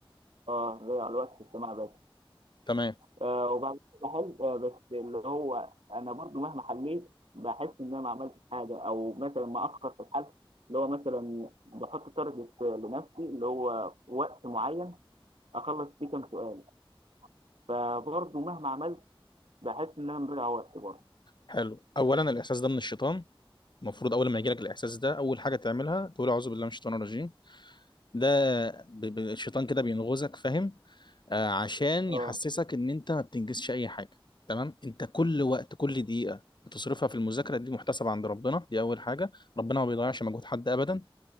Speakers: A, on the right; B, on the left.
A: اه هضيع الوقت في السماع بس
B: تمام
A: آه، وبعد كده بحل آه، بس اللي هو انا برضو مهما حليت بحس ان انا ما عملتش حاجه او مثلا ما اخر في الحل اللي هو مثلا بحط تارجت لنفسي اللي هو وقت معين اخلص فيه كام سؤال فبرضو مهما عملت بحس ان انا مضيع وقت برضو
B: حلو اولا الاحساس ده من الشيطان المفروض اول ما يجيلك الاحساس ده اول حاجه تعملها تقول اعوذ بالله من الشيطان الرجيم ده ب... ب... الشيطان كده بينغزك فاهم آه، عشان
A: اه
B: يحسسك ان انت ما بتنجزش اي حاجه تمام انت كل وقت كل دقيقه بتصرفها في المذاكره دي محتسبه عند ربنا دي اول حاجه ربنا ما بيضيعش مجهود حد ابدا